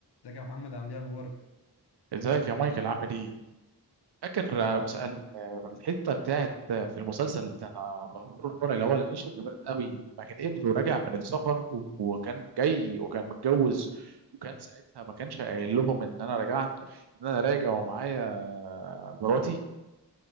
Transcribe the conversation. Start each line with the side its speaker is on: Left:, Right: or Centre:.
Left: ازيك يا محمد عامل ايه اخبارك
Right: ازيك يا مايكل عامل ايه؟ فاكر آه، مسأل آه، الحته بتاعت آه، في المسلسل بتاع بهدور الفرع اللي هو العيش قوي لما كان ابنه راجع من السفر و- وكان جاي وكان متجوز وكان ساعتها ما كانش قايل لهم ان انا رجعت ان انا راجع ومعايا آه، مراتي